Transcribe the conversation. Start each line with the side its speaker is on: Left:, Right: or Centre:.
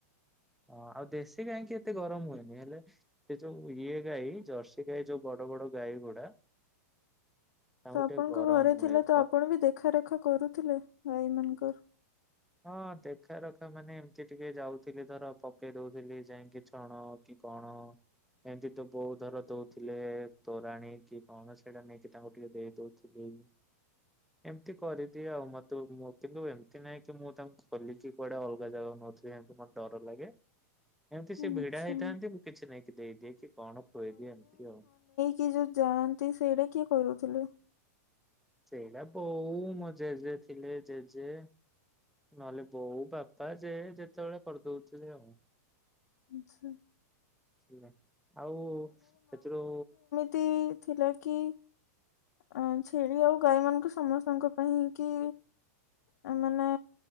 Centre: ହଁ ଆଉ ଦେଶୀ ଗାଈ ଙ୍କି ଏତେ ଗରମ ହୁଏନି ହେଲେ। ସେ ଯୋଉ ଇଏ ଗାଈ ଜର୍ସି ଗାଈ ଯୋଉ ବଡ ବଡ ଗାଈ ଗୁଡା। ତାଙ୍କୁ
Left: ତ ଆପଣଙ୍କ
Centre: ଟିକେ ଗରମ
Left: ଘରେ
Centre: ହୁଏ
Left: ଥିଲା ତ
Centre: ଖ
Left: ଆପଣ ବି ଦେଖାରେଖା କରୁଥିଲେ ଗାଈ ମାନଙ୍କର।
Centre: ହଁ ଦେଖା ରଖା ମାନେ ଏମିତି ଟିକେ ଯାଉଥିଲି ଧର ପକେଇ ଦଉଥିଲି ଯାଇକି ଛଣ। କି କଣ। ଏମିତି ତ ବୋଉ ଧର ଦଉଥିଲେ ତୋରାଣୀ କି କଣ ସେଇଟା ନେଇକି ତାଙ୍କୁ ଟିକେ ଦେଇ ଦଉଥିଲି। ଏମିତି କରିଦିଏ ଆଉ ମତେ ମୋ କିନ୍ତୁ ଏମିତି ନାଇ। କି ମୁଁ ତାଙ୍କୁ ଖୋଲିକି କୁଆଡେ ଅଲଗା ଜାଗାକୁ ନଉଥିଲି ଏମିତି ମତେ ଡର ଲାଗେ। ଏମିତି ସେ
Left: ଆଚ୍ଛା।
Centre: ଭିଡା ହେଇଥାନ୍ତି ମୁଁ କିଛି ନେଇକି ଦେଇଦିଏ କି କଣ ଖୋଏଇଦିଏ ଏମିତି ଆଉ।
Left: କି ଯୋଉ ଯାଆନ୍ତି ସେଇଟା କିଏ କରୁଥିଲେ?
Centre: ସେଇଟା ବୋଉ ମୋ ଜେଜେ ଥିଲେ ଜେଜେ। ନହେଲେ ବୋଉ ବାପା ଯେ ଯେତେବେଳେ କରିଦଉଥିଲେ ଆଉ।
Left: ଆଚ୍ଛା।
Centre: ଥିଲା ଆଉ ସେଥିରୁ।
Left: ତି ଥିଲା କି। ଅ ଛେଳି ଆଉ ଗାଈ ମାନଙ୍କୁ ସମସ୍ତଙ୍କ ପାଇଁ କି। ଆ ମାନେ।